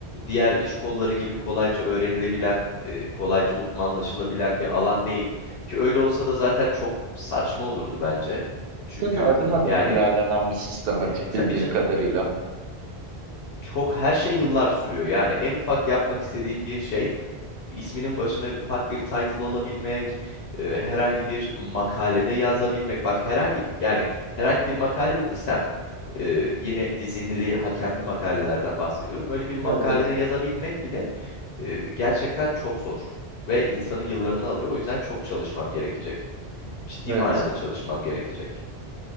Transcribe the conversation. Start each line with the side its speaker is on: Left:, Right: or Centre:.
Left: diğer iş kolları gibi kolayca öğrenilebilen, e, kolayca uzmanlaşılabilen bir alan değil. Ki öyle olsa da zaten çok saçma olurdu bence. Çünkü
Right: Değil mi? Adım adım
Left: yani
Right: ilerlenen bir sistematik
Left: e, tabii
Right: bildiğim
Left: canım
Right: kadarıyla.
Left: çok her şey yıllar sürüyor. Yani en ufak yapmak istediğim bir şey isminin başına ufak bir title alabilmek, e, herhangi bir makalede yazabilmek. Bak herhangi yani herhangi bir makale dediysem e, yine dizinli, hakemli makalelerden bahsediyorum. Öyle bir makalede
Right: Evet, evet.
Left: yazabilmek bile e, gerçekten çok zor ve insanın yıllarını alıyor. O yüzden çok çalışmam gerekecek. Ciddi
Right: Evet.
Left: manada çalışmam gerekecek.